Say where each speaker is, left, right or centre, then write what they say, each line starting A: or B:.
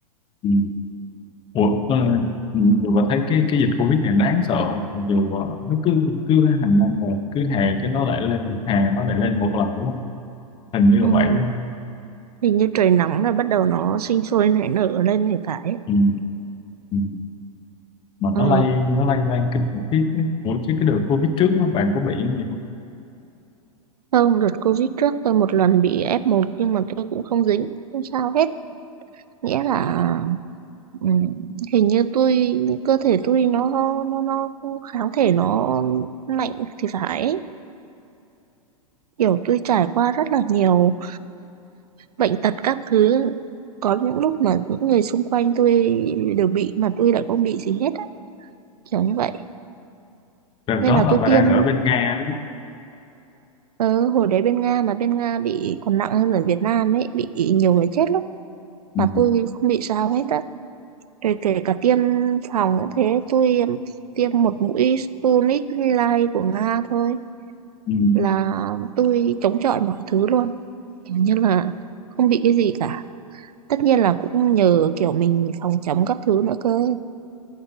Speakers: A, on the left (about 25°); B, on the right (about 80°).
A: Ừ. Ủa, ờ, nhiều bà thấy cái cái dịch Covid này đáng sợ không? Dù ờ, nó cứ cứ hàng năm rồi cứ hè cái nó lại lên hè nó lại lên một lần đúng không? Hình như là
B: Ừm,
A: vậy đúng không?
B: hình như trời nóng là bắt đầu nó sinh sôi nảy nở lên thì phải.
A: Ừ, ừ. Mà
B: Ờ,
A: nó lây nó lây lan kinh khủng khiếp đấy. Ủa chứ cái đợt Covid trước đó, bạn có bị cái gì không?
B: không, đợt Covid trước tôi một lần bị F1 nhưng mà tôi cũng không dính, không sao hết. Nghĩa là Ừ, hình như tôi cơ thể tôi nó nó nó kháng thể nó mạnh thì phải ấy. kiểu tôi trải qua rất là nhiều bệnh tật các thứ có những lúc mà những người xung quanh tôi đều bị mà tôi lại không bị gì hết á kiểu như vậy
A: Đợt
B: nên
A: đó
B: là
A: là
B: tôi
A: bà
B: tiêm
A: đang ở bên Nga đúng không?
B: ờ, hồi đấy bên Nga mà bên Nga bị còn nặng hơn ở Việt Nam ấy bị nhiều người chết lắm
A: Ừ,
B: mà tôi không bị sao hết á rồi kể cả tiêm phòng cũng thế tôi um, tiêm một mũi Sputnik Light của Nga thôi
A: ừ.
B: là tôi chống chọi mọi thứ luôn kiểu như là không bị cái gì cả tất nhiên là cũng nhờ kiểu mình phòng chống các thứ nữa cơ